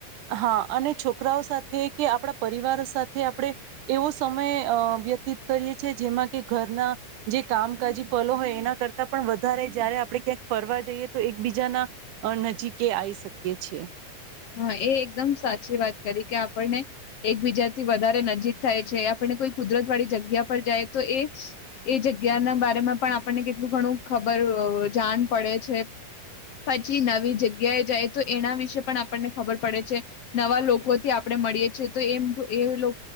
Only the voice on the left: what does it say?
હા એ એકદમ સાચી વાત કરી કે આપણને, એકબીજાથી વધારે નજીક થાય છે આપને કોઈ કુદરત વાળી જગ્યા પર જાય તો એ, એ જગ્યાના બામાં પણ આપણને કેટલું ઘણું ખબર જાણ પડે છે, પછી નવી જગ્યાએ જાય તો એના વિશે પણ આ આપણને ખબર પડે છે, નવા લોકોથી આપણે મળીએ છીએ તો એમ એ લો